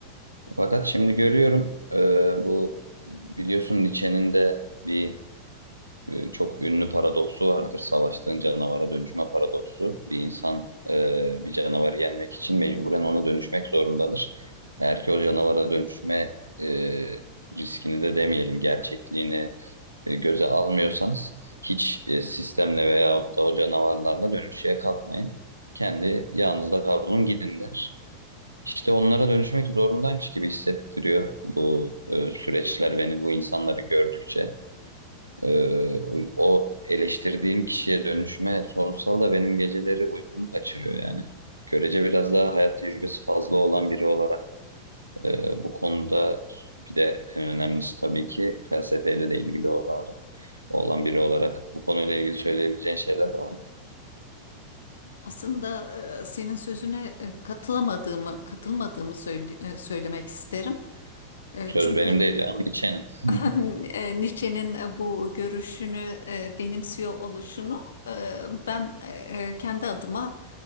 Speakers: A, on the right; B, on the left.
A: Fakat şimdi görüyorum e, bu biliyorsun Nietzsche'nin de bir e, çok ünlü paradoksu vardır. Savaştığın canavara dönüşme paradoksu. Bir insan e, bir canavarı yenmek için mecburen ona dönüşmek zorundadır. Eğer ki o canavara dönüşme e, riskini de demeyelim, gerçekliğini e, göze almıyorsanız hiç e, sistemle veyahut da o canavarlarla dönüşmeye kalkmayın. Kendi yağınızda kavrulun gidin der. İşte onlara dönüşmek zorundaymış gibi hissettiriyor bu e, süreçler beni bu insanları gördükçe. Ee, o eleştirdiğim kişiye dönüşme sorunsal da benim geceleri uykumu kaçırıyor yani. Görece biraz daha hayat tecrübesi fazla olan biri olarak e, bu konuda bir de en önemlisi tabii ki felsefeyle de ilgili olarak olan biri olarak bu konuyla ilgili söyleyebileceğin şeyler var mı?
B: Aslında e, senin sözüne e, katılamadığımı, katılmadığımı söyle- e, söylemek isterim. E,
A: Söz
B: Çünkü
A: benim değil canım, Nietzsche'nin. <laughs>
B: <laughs> e, Nietzsche'nin e, bu görüşünü e, benimsiyor oluşunu e, ben e, e, kendi adıma